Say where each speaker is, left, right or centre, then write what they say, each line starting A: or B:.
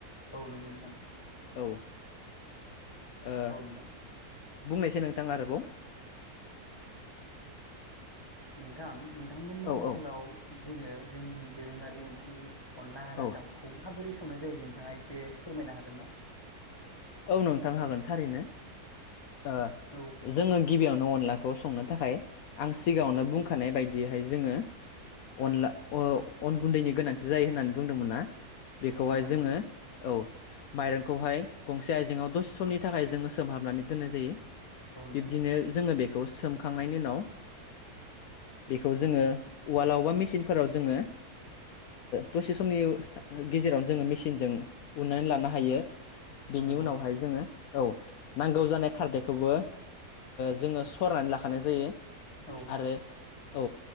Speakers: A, on the left; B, on the left.
A: औ नंगौ नोंथां।
B: औ ओ
A: औ नोंथां।
B: बुंनायसै नोंथां आरोबाव।
A: ओम नोंथां नोंथांमोननि
B: औ
A: ओनसोलाव
B: औ
A: जोङो जोंनि दोरोङारि ओंख्रि अनला आरो
B: औ
A: दाउखौ। माबोरै संनाय जायो नोंथाङा एसे फोरमायनो हागोन ना।
B: औ नोंथां हागोन। थारैनो ओ
A: औ
B: जोङो गिबियावनो अनलाखौ संनो थाखाय। आं सिगाङावनो
A: औ नोंथां
B: बुंखानाय बायदि। बेहाय जोङो अनला अन गुन्दैनि गोनांथि जायो होननानै बुंदोंमोन ना। बेखौहाय
A: औ नोंथां
B: जोङो
A: औ
B: औ। माइरंखौहाय गंसे आयजेंआव दसे समनि थाखाय जोङो सोमहाबनानै दोननाय जायो।
A: औ नोंथां
B: बिब्दिनो जोङो बेखौ सोमखांनायनि उनाव बेखौ जोङो उवालाव बा मेसििनफोराव जोङो
A: औ
B: दसे समनि। गेजेरावनो जोङो मेसििनजों उनानै लानो हायो
A: औ
B: बेनि
A: नंगौ
B: उनावहाय
A: नोंथां
B: जोङो। औ नांगौ जानाय खारदैखौबो जोङो सरनानै लाखानाय जायो।
A: औ
B: आरो औ